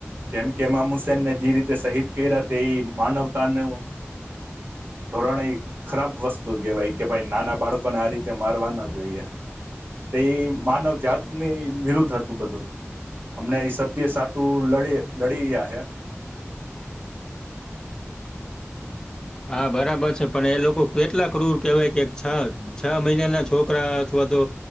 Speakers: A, on the right (about 50°); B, on the left (about 15°).
A: જેમ કેમામ હુસેનને જે રીતે શહીદ કર્યા તે એ માનવતાનું ધોરણે ખરાબ વસ્તુ કહેવાય કે ભાઈ નાના બાળકોને આ રીતે મારવા ના જોઈએ તે માનવ જાતની વિરુદ્ધ હતું બધું અમણે સત્ય સાટું લડી લડી રહયા હે
B: હા બરાબર છે, પણ એ લોકો કેટલા ક્રૂર કેહેવાય કે છ છ મહિનાના છોકરા અથવા તો